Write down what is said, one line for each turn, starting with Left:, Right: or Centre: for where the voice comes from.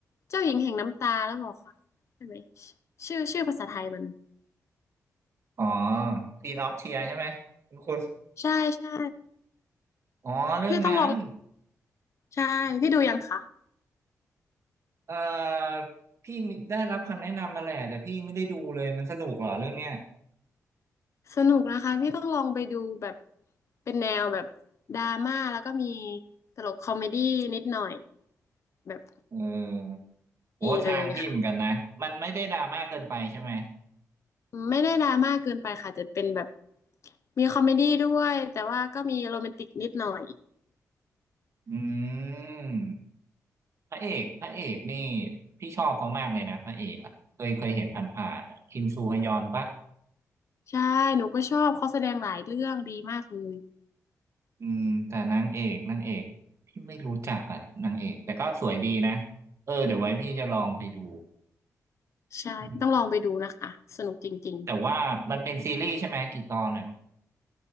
Left: เจ้าหญิงแห่งน้ำตาแล้วบอกค่ะใช่ไหมชื่อชื่อภาษาไทยมัน
Right: อ๋อ Queen of Tears ใช่ไหมคุณคุณ
Left: ใช่ใช่
Right: อ๋อเรื่องนั้น
Left: พี่ต้องลองใช่พี่ดูยังคะ
Right: เอ่อพี่ได้รับคำแนะนำมาแหละแต่พี่ไม่ได้ดูเลยมันสนุกเหรอเรื่องเนี้ย
Left: สนุกนะคะพี่ต้องลองไปดูแบบเป็นแนวแบบดราม่าแล้วก็มีตลกคอมเมดี้นิดหน่อยแบบ
Right: เออโหทางพี่เหมือนกันนะมันไม่ได้ดราม่าเกินไปใช่ไหม
Left: ดีเลยค่ะไม่ได้ดราม่าเกินไปค่ะจะเป็นแบบมีคอมเมดี้ด้วยแต่ว่าก็มีโรแมนติกนิดหน่อย
Right: อืมพระเอกพระเอกนี่พี่ชอบเขามากเลยนะพระเอกอะเคยเคยเห็นผ่านๆอะคิมซูฮยอนปะ
Left: ใช่หนูก็ชอบเขาแสดงหลายเรื่องดีมากเลย
Right: อืมแต่นางเอกนางเอกพี่ไม่รู้จักอะนางเอกแต่ก็สวยดีนะเออเดี๋ยวไว้พี่จะลองไปดู
Left: ใช่ต้องลองไปดูนะคะสนุกจริง
Right: อืมแต่ว่ามันเป็นซีรีส์ใช่ไหมกี่ตอนอะ